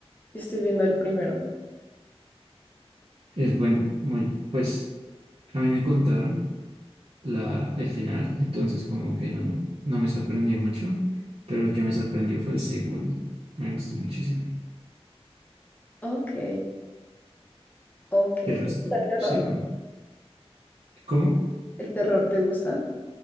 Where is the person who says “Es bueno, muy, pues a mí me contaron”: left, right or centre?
Right